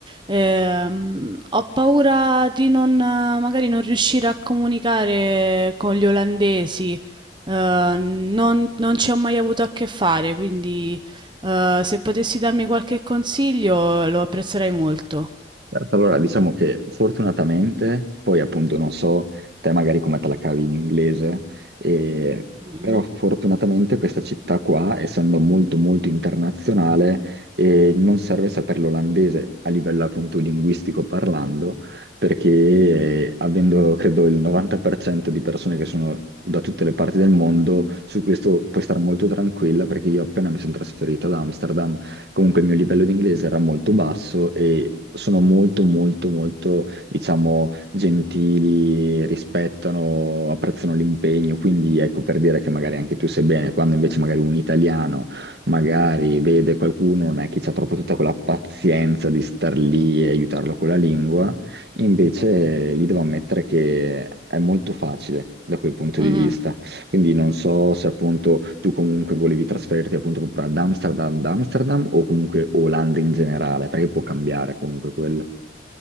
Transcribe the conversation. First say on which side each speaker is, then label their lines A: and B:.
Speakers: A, on the right; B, on the right.
A: Ehm, ho paura di non eh, magari non riuscire a comunicare con gli olandesi, ehm, non non ci ho mai avuto a che fare, quindi, ehm, se potessi darmi qualche consiglio lo apprezzerei molto.
B: Certo, Allora, diciamo che fortunatamente, poi appunto non so te magari come te la cavi in inglese, e-
A: Mh-mh.
B: però fortunatamente questa città qua, essendo molto molto internazionale, eh, non serve sapere l'olandese a livello appunto linguistico parlando, perché eh, avendo credo il 90% di persone che sono da tutte le parti del mondo, su questo puoi stare molto tranquilla perché io appena mi sono trasferito ad Amsterdam, Comunque il mio livello di inglese era molto basso e sono molto molto molto, diciamo, gentili, rispettano, apprezzano l'impegno, quindi ecco per dire che magari anche tu sei bene, quando invece magari un italiano magari vede qualcuno, non è che c'ha troppo tutta quella pazienza di star lì e aiutarlo con la lingua, invece lì devo ammettere che è molto facile da quel punto
A: Mh-mh.
B: di vista. Quindi non so se appunto tu comunque volevi trasferirti appunto proprio ad Amsterdam, ad Amsterdam o comunque Olanda in generale, perché può cambiare comunque quello.